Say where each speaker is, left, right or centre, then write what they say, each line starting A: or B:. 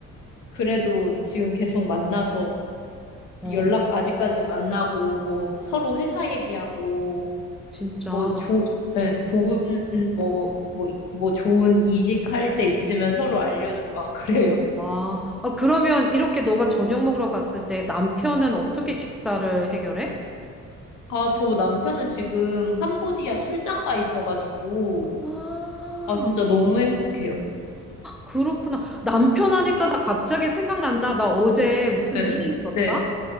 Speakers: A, on the left (about 90°); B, in the centre.
A: 그래도 지금 계속 만나서
B: 어,
A: 연락 아직까지 만나고, 뭐 서로 회사 얘기하고,
B: 진짜.
A: 뭐 조, 네, 좋은, 뭐, 뭐, 뭐 좋은 이직할 때 있으면 서로 알려주고 막 그래요.
B: 아, 아, 그러면 이렇게 너가 저녁 먹으러 갔을 때 남편은 어떻게 식사를 해결해?
A: 아, 저 남편은 지금 캄보디아 출장 가 있어가지고,
B: 아,
A: 아, 진짜 너무 행복해요.
B: 그렇구나. 남편 하니까 나 갑자기 생각난다. 나 어제 무슨
A: 네.
B: 일이 있었다?
A: 네.